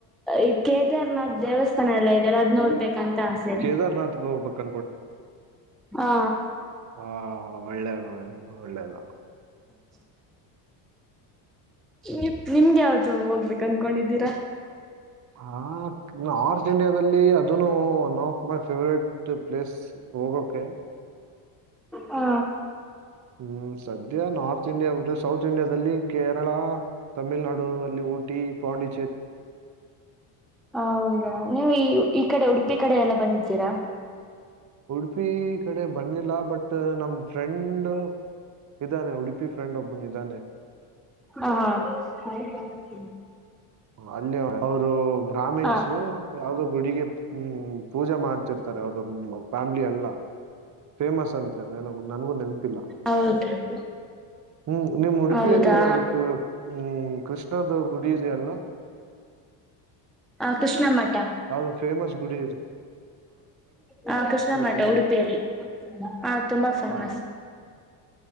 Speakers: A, in the centre; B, on the right (about 35°).
A: ಈ ಕೇದಾರ್ನಾಥ್ ದೇವಸ್ಥಾನ ಎಲ್ಲ ಇದೆಯಲ್ಲ ಅದ್ ನೋಡ್ಬೇಕ ಕಂತ ಆಸ
B: ಕೇದಾರ್ನಾಥ್ಗೆ ಹೋಗ್ಬೇಕು
A: ಹಾ
B: ಹಾ ಒಳ್ಳೆ ಒಳ್ಳೆ ದ ಹ್ಮ ಒಳ್ಳೆದು
A: <inaudible> ಈಪ್ ನಿಮ್ಗೆ ಯಾವ್ದ ಹೋಗ್ಬೇಕು ಅನಕೊಂಡಿದ್ದೀರಾ
B: ಹ ನಾರ್ತ್ ಇಂಡಿಯಾದಲ್ಲಿ ಅದನು one of my favourite place ಹೋಗೋಕೆ
A: ಹಾ
B: ಹ್ಮ್ ಸದ್ಯ ನಾರ್ತ್ ಇಂಡಿಯತ್ತೆ ಸೌತ್ ಇಂಡಿಯಾದಲ್ಲಿ ಕೇರಳ ತಮಿಳ್ನಾಡು ಅಲ್ಲಿ ಊಟಿ ಪಾಂಡಿ
A: ಹೌದಾ ನೀವು ಈ ಈ ಕಡೆ ಉಡು ಪಿ ಕಡೆ ಎಲ್ಲ ಬಂದಿದ್ದೀರಾ
B: ಉಡುಪಿ ಕಡೆ ಬಂದಿಲ್ಲ ಬಟ್ ನಮ ಫ್ರೆಂಡ್ ಇದ್ದಾನೆ ಉಡುಪಿ ಫ್ರೆಂಡ್ ಒಬ್ಬನ್ ಇದಾನೆ
A: ಹಾ ಹಾ <inaudible>
B: ಹ ಅಲ್ಲಿ ಅವ ಅವರು ಬ್ರಾಮಿನ್ಸು
A: ಹ
B: ಯಾವದೋ ಗುಡಿಗೆ ಹ್ಮ ಪೂಜೆ ಮಾಡ್ತಿರ್ತಾರೆ ಅವ ಫ್ಯಾಮ್ಲಿ ಎಲ್ಲ ಫೇಮಸ್ ಅಂತನ ನನ್ಗೂ ನೆನಪಿಲ್ಲ
A: ಹೌದು
B: ಹ್ಮ್ ನಿಮ್ ಉಡುಪಿಯಲ್ಲಿ
A: ಹೌದಾ
B: ಅದ ಹ್ಮ್ ಕೃಷ್ಣದ ಗುಡಿ ಇದೆ ಅಲ್ವಾ
A: ಆ ಕೃಷ್ಣ ಮಾಡ ಠ
B: ಹೌದು ಫೇಮಸ್ ಗುಡಿ ಇದು
A: ಹ ಕೃಷ್ಣ ಮಠ
B: ತುಂಬಾ
A: ಉಡುಪಿಯಲ್ಲಿ ಹ ತುಂಬಾ ಫೇಮಸ್
B: ಹಾ